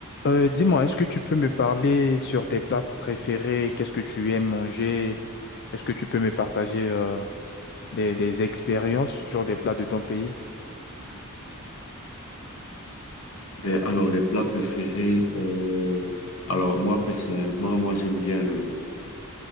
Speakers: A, on the left (about 50°); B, on the left (about 65°).
A: Euh, dis-moi, est-ce que tu peux me parler sur tes plats préférés? Qu'est-ce que tu aimes manger? Est-ce que tu peux me partager euh, des, des expériences sur des plats de ton pays?
B: Ben, alors, les plats préférés, euh, alors moi personnellement, moi j'aime bien le...